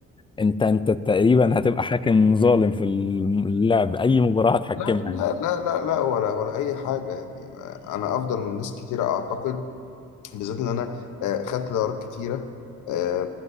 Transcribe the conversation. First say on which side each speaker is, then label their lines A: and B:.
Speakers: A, on the left (about 15°); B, on the left (about 80°).
A: انت انت تقريبا هتبقى حاكم ظالم في اللعب اي مباراة هتحكمها
B: لا
A: يعني
B: لا لا لا لا ولا ولا اي حاجه يعني آه، انا افضل من ناس كتيره اعتقد بالذات اللي انا آه، خدت دورات كتيره آه،